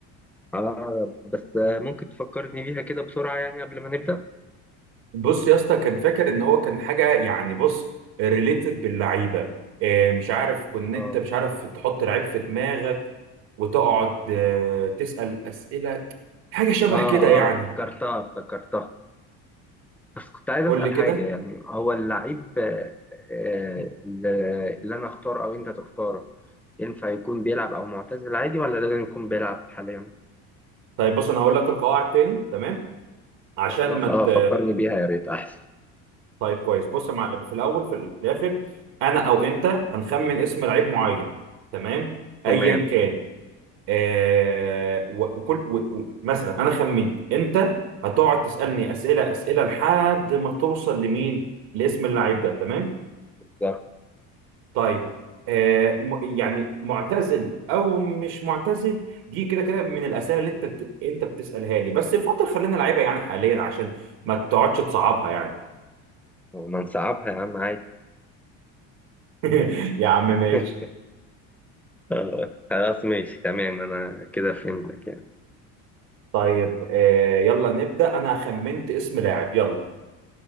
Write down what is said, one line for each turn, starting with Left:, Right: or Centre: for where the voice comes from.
Centre: اه بس آه، ممكن تفكرني بيها كده بسرعة يعني قبل ما نبدأ
Right: بص يا اسطى كان فاكر ان هو كان حاجه يعني بص ريليتد باللعيبه آه، مش عارف كنت انت
Centre: اه
Right: مش عارف تحط لعيب في دماغك وتقعد آه، تسال اسئله حاجه شبه
Centre: اه
Right: كده يعني
Centre: اه افتكرتها افتكرتها بس كنت عايز
Right: قول
Centre: أسأل
Right: لي كده
Centre: حاجة يعني هو اللعيب آه، آه، اللي اللي انا اختاره او انت تختاره ينفع يكون بيلعب او معتزل عادي ولا لازم يكون بيلعب حاليا
Right: طيب بص انا هقول لك القواعد تاني تمام عشان
Centre: خلاص
Right: ما
Centre: اه
Right: ت...
Centre: فكرني بيها يا ريت احسن
Right: طيب كويس بص يا معلم في الاول في الاخر انا او انت هنخمن اسم لعيب معين تمام ايا
Centre: تمام
Right: كان آه وكل و- و- مثلا انا خمنت انت هتقعد تسالني اسئله اسئله لحد ما توصل لمين لاسم اللعيب ده تمام
Centre: بالظبط
Right: طيب آه م- يعني معتزل او مش معتزل دي كده كده من الاسئله اللي انت بت... انت بتسالها لي بس يفضل خلينا لعيبه يعني حاليا عشان ما تقعدش تصعبها يعني
Centre: وما نصعبها يا عم عادي
Right: <laughs> يا عم ماشي
Centre: <laughs> آه، خلاص ماشي تمام انا كده فهمتك يعني
Right: طيب آه يلا نبدا انا خمنت اسم لاعب يلا